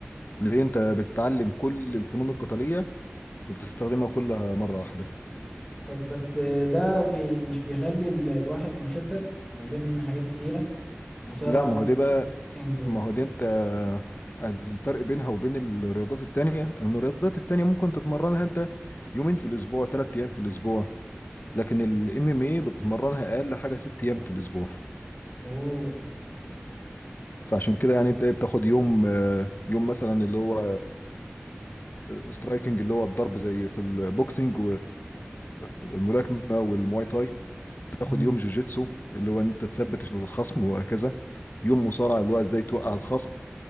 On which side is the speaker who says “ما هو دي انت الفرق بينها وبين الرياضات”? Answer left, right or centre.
Left